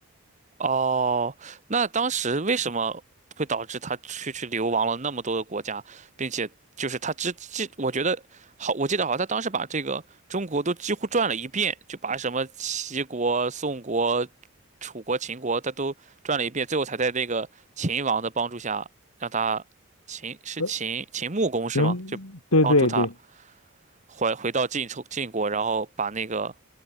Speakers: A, on the right; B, on the left.
A: 哦，那当时为什么会导致他去去流亡了那么多的国家，并且就是他只记，我觉得好，我记得好像他当时把这个中国都几乎转了一遍，就把什么齐国、宋国、楚国、秦国，他都转了一遍，最后才在那个秦王的帮助下，让他秦是秦秦穆公是吗？
B: 呃，行，
A: 就帮助他
B: 对对对，
A: 回回到晋楚晋国，然后把那个